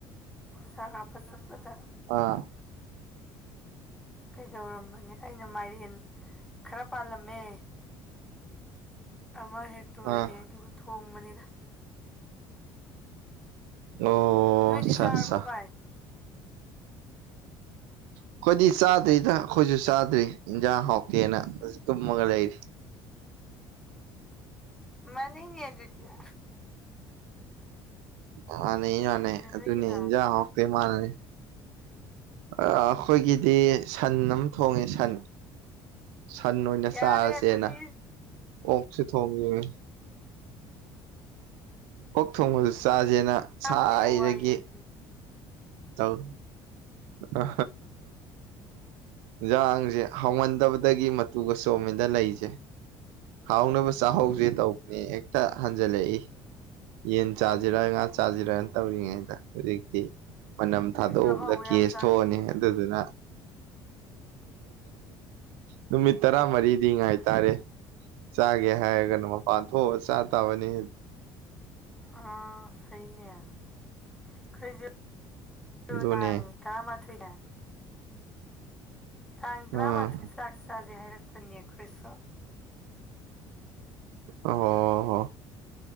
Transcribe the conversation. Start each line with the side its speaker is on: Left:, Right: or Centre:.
Centre: ꯑꯣꯛꯆꯥꯛ ꯍꯥꯞꯄ ꯆꯠꯄꯗ
Right: ꯑꯥ
Centre: ꯀꯩꯗꯧꯔꯝꯕꯅꯦ ꯑꯩꯅ ꯃꯥꯏꯔꯦꯟ ꯈꯔ ꯄꯥꯜꯂꯝꯃꯦ ꯑꯃ ꯍꯦꯛꯇꯣꯔꯛꯑꯦ
Right: ꯑꯥ
Centre: ꯑꯗꯨꯒ ꯊꯣꯡꯕꯅꯤꯅ
Right: ꯑꯣ
Centre: ꯅꯣꯏꯗꯤ
Right: ꯑꯆꯥ
Centre: ꯆꯥꯔꯕꯣ
Right: ꯑꯆꯥ
Centre: ꯚꯥꯏ
Right: ꯑꯩꯈꯣꯏꯗꯤ ꯆꯥꯗ꯭ꯔꯤꯗ ꯑꯩꯈꯣꯏꯁꯨ ꯆꯥꯗ꯭ꯔꯤ ꯏꯟꯖꯥꯡ ꯍꯥꯎꯇꯦꯅ ꯇꯨꯝꯃꯒ ꯂꯩꯔꯤ
Centre: ꯃꯥꯅꯦꯅꯤ ꯑꯗꯨꯗꯤꯌꯥ
Right: ꯃꯥꯥꯟꯅꯦ ꯃꯥꯅꯦ ꯑꯗꯨꯅꯦ
Centre: ꯅꯣꯏꯒꯤꯅ
Right: ꯏꯟꯖꯥꯡ ꯉꯛꯇꯦ ꯃꯥꯥꯟꯅꯅꯦ ꯑꯩꯈꯣꯏꯒꯤꯗꯤ ꯁꯟ ꯑꯃ ꯊꯣꯡꯉꯦ ꯁꯟ ꯁꯟ ꯑꯣꯏꯅ
Centre: ꯌꯥꯔꯦ
Right: ꯆꯥꯔꯁꯦꯅ
Centre: ꯑꯗꯨꯗꯤ
Right: ꯑꯣꯛꯁꯨ ꯊꯣꯡꯉꯤꯌꯦ ꯑꯣꯛ ꯊꯣꯡꯕꯁꯨ ꯆꯥꯁꯦꯅ
Centre: ꯆꯥꯕꯗ
Right: ꯁꯥꯏꯗꯒꯤ
Centre: ꯌꯥꯝ ꯋꯥꯏꯌꯦ ꯑꯗꯨꯗꯤ
Right: ꯇꯧ ꯑ ꯌꯦꯟꯖꯥꯡꯁꯦ ꯍꯥꯎꯃꯟꯗꯕꯗꯒꯤ ꯃꯇꯨꯒ ꯆꯣꯝꯃꯤꯗ ꯂꯩꯁꯦ ꯍꯥꯎꯅꯕ ꯆꯥꯛꯍꯧꯁꯦ ꯇꯧꯕꯅꯦ ꯍꯦꯛꯇ ꯍꯟꯖꯜꯂꯛꯏ ꯌꯦꯟ ꯆꯥꯁꯤꯔꯒ
Centre: ꯎꯝ
Right: ꯉꯥ ꯆꯥꯁꯤꯔꯅ ꯇꯧꯔꯤꯉꯩꯗ ꯍꯧꯖꯤꯛꯇꯤ ꯃꯅꯝ ꯊꯥꯗꯣꯛꯎꯕꯗ
Centre: ꯑꯩꯁꯨ ꯑꯍꯥꯎꯕ
Right: ꯀꯦꯁ
Centre: ꯌꯥꯝ ꯆꯥꯅꯤꯡꯉꯤꯅꯦ
Right: ꯊꯣꯛꯑꯅꯤ ꯑꯗꯨꯗꯨꯅ ꯅꯨꯃꯤꯠ ꯇꯔꯥꯃꯔꯤꯗꯤ ꯉꯥꯏꯇꯥꯔꯦ ꯆꯥꯒꯦ ꯍꯥꯏꯔꯒꯅ ꯃꯄꯥꯟ ꯊꯣꯛꯑꯒ ꯆꯥ ꯇꯥꯕꯅꯤ
Centre: ꯑ ꯐꯩꯅꯦ ꯈꯣꯏꯖꯨꯗꯥꯡ
Right: ꯑꯗꯨꯅꯦ
Centre: ꯇꯔꯥꯃ ꯊꯣꯏꯅ ꯇꯥꯡ ꯇ꯭ꯔꯥꯃꯥꯊꯣꯏ
Right: ꯎꯝ
Centre: ꯆꯥꯛ ꯆꯥꯥꯁꯦ ꯍꯥꯏꯔꯛꯄꯅꯤ ꯑꯩꯈꯣꯏꯁꯨ
Right: ꯑꯣ